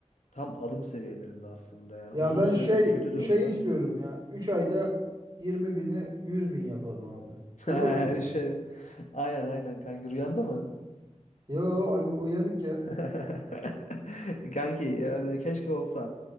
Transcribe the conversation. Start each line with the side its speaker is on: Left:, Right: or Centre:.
Left: Tam alım seviyelerinde aslında yani.
Right: Ya
Left: Uzun
Right: ben
Left: süredir
Right: şey
Left: kötü durumda.
Right: şey istiyorum ya. 3 ayda 20 bini 100 bin yapalım abi.
Left: <laughs>
Right: Olur mu?
Left: Şey, aynen aynen kanki. rüyanda mı?
Right: Yo ay- uyanıkken.
Left: <laughs> Kanki yani keşke olsa.